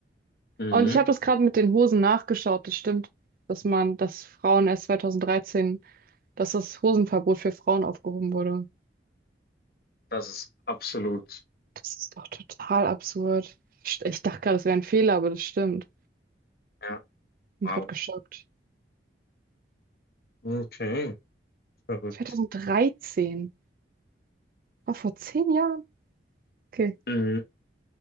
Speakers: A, on the left; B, on the right.
A: Mhm.
B: Und ich habe das gerade mit den Hosen nachgeschaut. Das stimmt, dass man, dass Frauen erst 2013, dass das Hosenverbot für Frauen aufgehoben wurde.
A: Das ist absolut.
B: Das ist doch total absurd. Ich dachte gerade, es wäre ein Fehler, aber das stimmt.
A: Ja.
B: Bin
A: Wow.
B: gerade geschockt.
A: Okay, verrückt.
B: 2013, war vor zehn Jahren. Okay,
A: Mhm.